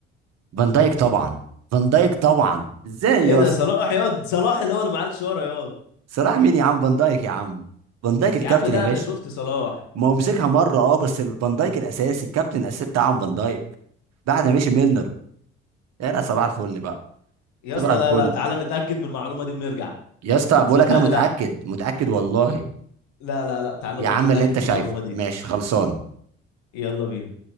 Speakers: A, on the right (about 60°); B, on the left (about 65°).
A: فان دايك طبعا فان دايك طبعا ازاي
B: ايه
A: يا
B: ده
A: اسطى
B: صلاح ياض صلاح اللي هو اللي معاه الشارة ياض
A: صلاح مين يا عم فان دايك يا عم فان دايك الكابتن
B: يا عم لا
A: يا باشا
B: انا شفت صلاح
A: ما هو مسكها مره اه بس ال- فان دايك الاساسي الكابتن الاساسي بتاعهم فان دايك بعد ما مشي ميلنر يا صباح الفل بقى
B: يا
A: صباح
B: اسطى
A: الفل
B: لا لا تعالى نتأكد من المعلومة دي ونرجع
A: يا اسطى بقول
B: صدقني
A: لك انا متاكد
B: لا
A: متاكد والله
B: لا لا لا تعالى
A: يا
B: نروح
A: عم
B: نتأكد
A: اللي انت
B: من
A: شايفه
B: المعلومة دي
A: ماشي خلصان
B: يلا بينا